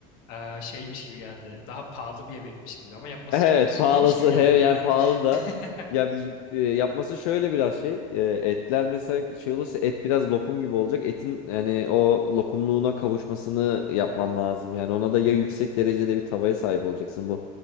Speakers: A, on the left; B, on the left.
A: e, şeymiş gibi geldi. Daha pahalı bir yemekmiş gibi ama yapması
B: Evet
A: çok uzun
B: pahalısı
A: değilmiş gibi geldi
B: he, yani
A: bana.
B: pahalı da
A: <laughs>
B: ya bir- e, yapması şöyle biraz şey e, etler mesela şey olursa et biraz lokum gibi olacak etin yani o lokumluğuna kavuşmasını yapman lazım yani ona da ya
A: Hı hı.
B: yüksek derecede bir tavaya sahip olacaksın bu